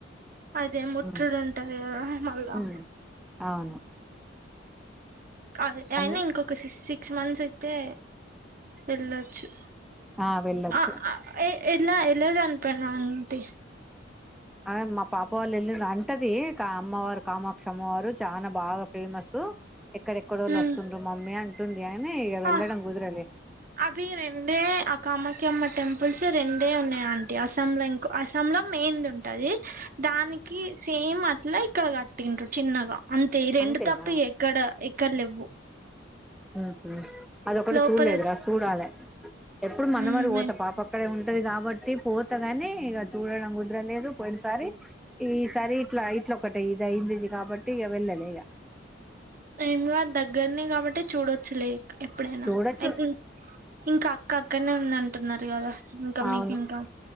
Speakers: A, on the right; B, in the centre.
A: అదే ముట్టుడు
B: ఉమ్
A: ఉంటది కదా మళ్ళా
B: ఊమ్ అవును
A: అదే అయినా
B: అందు
A: ఇంకొక సిస్ సిక్స్ మంత్స్ అయితే వెళ్ళొచ్చు
B: ఆ వెళ్ళొచ్చు
A: ఆ అ ఏ ఎలా ఎలా జనిపోయిండు ఆంటి
B: అదె మా పాప వాళ్ళు వెళ్ళిర్రు అంటది కా అమ్మవారు కామాక్ష అమ్మవారు చానా బాగా ఫేమస్ ఎక్కడెక్కడోల్లో
A: ఉమ్
B: వస్తుండ్రు మమ్మీ అంటుంది అయిన ఇగ వెళ్ళడం
A: ఆ
B: కుదరలే
A: అవి రెండే ఆ కామాక్యమ్మ టెంపుల్స్ రెండే ఉన్నయాంటి అస్సాం ల ఇంక్ అసాం లొ మెయిన్ది ఉంటది దానికి సేమ్ అట్ల ఇక్కడ కట్టిండ్రు చిన్నగా అంతే ఈ రెండు
B: అంతేనా
A: తప్ప ఎక్ ఇక్కడ ఎక్కడ లేెవ్వు
B: ఉమ్ హు అదొకటి
A: లోపల
B: చూడ్లేదురా చూడాలే ఎప్పుడు మందమర్రి
A: ఉమ్
B: బోత పాపక్ ఇక్కడే ఉంటది గాబట్టి పోతగనీ ఇగ చూడడం కుదరలేదు పోయినసారి ఈసారి ఇట్లా ఇట్ల ఒకటి ఇది అయింది గాబట్టి ఇగ వెళ్ళాలే ఇగ
A: ఎం గాద్ దగ్గరనే గాబట్టి చూడొచ్చులే ఎప్పుడైనా
B: చూడొచ్చు
A: ఎ ఉమ్ ఇంక అక్క అక్కన్నే ఉందంటున్నరు గదా ఇంక
B: అవును
A: మీకింకా